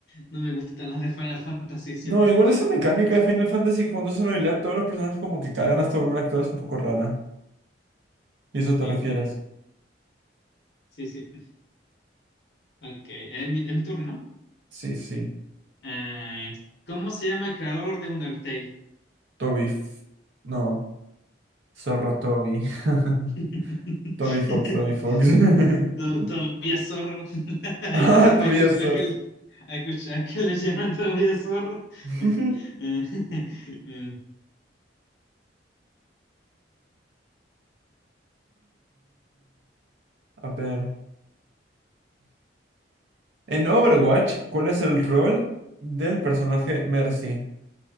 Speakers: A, on the left; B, on the right.
A: no me gustan las de Final Fantasy VII.
B: No, igual esa mecánica de Final Fantasy que cuando es una habilidad, todos los personajes como que cagan hasta volver a actuar es un poco rara. ¿Y eso te
A: Sí,
B: refieres?
A: mm, sí, sí. Ok, es mi, es mi turno. ¿no?
B: Sí, sí.
A: Eh, ¿cómo se llama el creador de Undertale?
B: Toby. F- No, Zorro Toby. <laughs>
A: <laughs>
B: Toby Fox, Toby Fox. <laughs>
A: To- Todavía zorro. <laughs>
B: Ah, Tobias
A: ¿Has escuchado
B: Zorro.
A: que, el- has escuchado que le llaman todavía zorro?
B: <laughs>
A: <laughs> Eh, eh,
B: A ver. En Overwatch, ¿cuál es el rol del personaje Mercy?